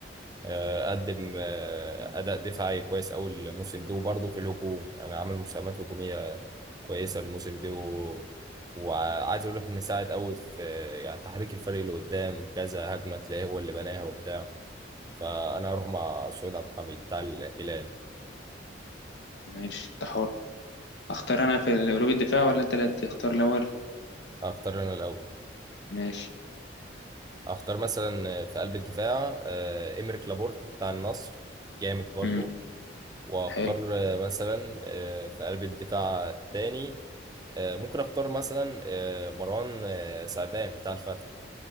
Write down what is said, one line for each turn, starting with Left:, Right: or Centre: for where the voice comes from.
Right: آه، قدم آه، اداء دفاعي كويس قوي الموسم ده وبرضه في الهجوم انا عامل مساهمات هجوميه كويسه الموسم ده و... وعايز اقول لك ان ساعد قوي في آه، يعني تحريك الفريق اللي قدام كذا هجمه تلاقيه هو اللي بناها وبتاع فانا هروح مع سعود عبد الحميد بتاع الهلال
Left: ماشي انت حر اختار انا في قلوب الدفاع ولا انت اللي تختار الاول
Right: هختار انا الاول
Left: ماشي
Right: هختار مثلا في قلب الدفاع آه، إمريك لابورت بتاع النصر جامد برضه
Left: امم
Right: واختار
Left: حلو
Right: مثلا آه، في قلب الدفاع الثاني آه، ممكن اختار مثلا آه، مروان آه، سعدان بتاع الفتح